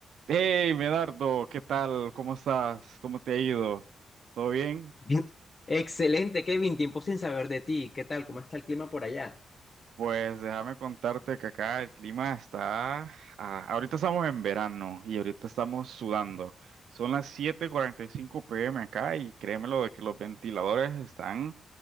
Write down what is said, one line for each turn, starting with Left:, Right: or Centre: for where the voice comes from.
Right: Hey, Medardo, ¿qué tal? ¿Cómo estás? ¿Cómo te ha ido? ¿Todo bien?
Left: Bien. Excelente, Kevin. Tiempo sin saber de ti. ¿Qué tal? ¿Cómo está el clima por allá?
Right: Pues déjame contarte que acá el clima está... ah, ahorita estamos en verano y ahorita estamos sudando. Son las 7:45 pm acá y créemelo de que los ventiladores están